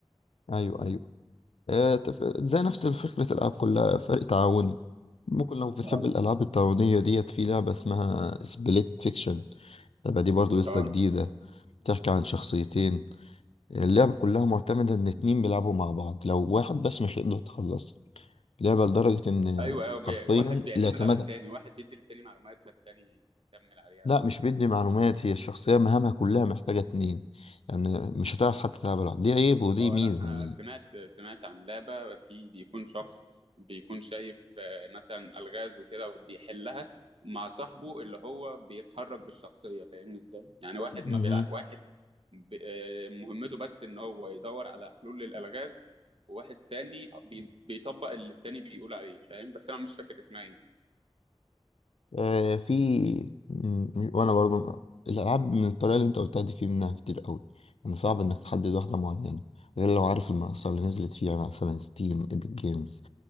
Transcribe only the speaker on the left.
ايوه ايوه آه تف- زي نفس فكرة الالعاب كلها فرق تعاوني ممكن لو بتحب
الالعاب التعاونية ديت في لعبة اسمها سبليت فيكشن اللعبة دي برضو لسه
جديدة بتحكي عن شخصيتين اللعبة كلها معتمدة ان اتنين بيلعبوا مع بعض لو واحد بس مش هيقدر يتخلص لعبة لدرجة إن
حرفيا
الاعتماد
لا
مش بيدي معلومات هي الشخصية مهامها كلها محتاجة اتنين يعني مش هتعرف حتى تلعب لوحدك دي عيب ودي
ميزة
يعني
مهم.
آه في مم، وأنا برضو الألعاب من الطريقة اللي أنت قلتها دي في منها كتير قوي يعني صعب إنك تحدد واحدة معينة غير لو عارف المنصة اللي نزلت فيها مثلا ستيم ايبك جيمز